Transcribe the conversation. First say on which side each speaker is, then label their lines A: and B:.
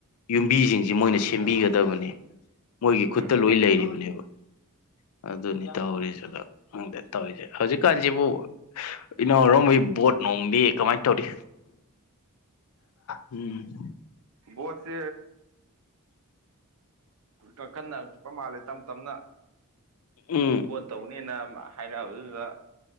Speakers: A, on the left; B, on the right.
A: ꯌꯨꯝꯕꯤꯖꯤꯡꯖꯤ ꯃꯣꯏꯅ ꯁꯦꯝꯕꯤꯒꯗꯕꯅꯦ ꯃꯣꯏꯒꯤ
B: ꯎꯝ
A: ꯈꯨꯠꯇ ꯂꯣꯏꯅ ꯂꯩꯔꯤꯕꯅꯦꯕ ꯑꯗꯨꯅꯤ ꯇꯧꯔꯤꯖꯦ ꯑꯗꯣ ꯈꯪꯗꯦ ꯇꯧꯔꯤꯖꯦ ꯍꯧꯖꯤꯛꯀꯥꯟꯁꯤꯕꯨ ꯏꯅꯥꯎꯔꯣꯡꯕꯒꯤ ꯕꯣꯠ ꯅꯣꯝꯗꯤ ꯀꯃꯥꯏ ꯇꯧꯔꯤ ꯎꯝ
B: ꯕꯣꯠꯁꯦ ꯀꯟꯈꯠꯅꯔꯛꯄ ꯃꯥꯜꯂꯦ ꯇꯞ ꯇꯞꯅ
A: ꯎꯝ
B: ꯕꯣꯠ ꯇꯧꯅꯦꯅ ꯑꯃ ꯍꯥꯏꯅꯕꯗꯨꯗ